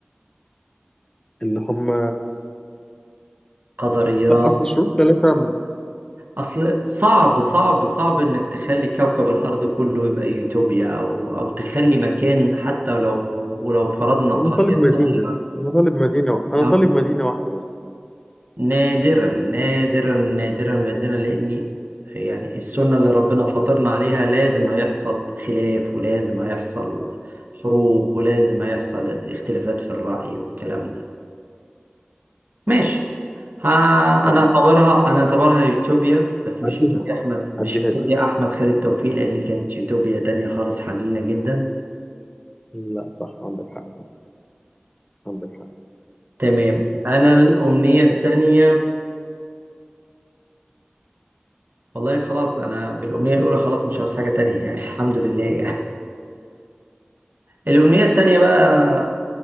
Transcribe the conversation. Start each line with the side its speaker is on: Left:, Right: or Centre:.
Left: اللي هم
Right: قدريات
Left: لا أصل شروط ثلاثة
Right: اصل صعب صعب صعب انك تخلي كوكب الارض كله يبقى يوتوبيا او او تخلي مكان حتى لو ولو فرضنا قرية
Left: أنا طالب مدينة
Right: صغيرة
Left: أنا طالب مدينة أنا
Right: أو
Left: طالب مدينة واحدة بس
Right: نادرا نادرا نادرا نادرا لان يعني السنة اللي ربنا فطرنا عليها لازم هيحصل خلاف ولازم هيحصل حروب ولازم هيحصل اختلافات في الرأي والكلام ده ماشي ها
Left: حقيقي
Right: انا اعتبرها انا اعتبرها يوتوبيا بس مش
Left: عديها
Right: يوتوبيا احمد مش
Left: عديها
Right: يوتوبيا
Left: لي
Right: احمد خالد توفيق لان كانت يوتوبيا تانية خالص حزينة جدا
Left: لا صح عندك حق طبعا. عندك
Right: تمام انا الامنية
Left: حق
Right: التانية والله خلاص انا بالامنية الاولى خلاص مش عاوز حاجة تانية يعني <laughs> الحمد لله يعني الامنية التانية بقى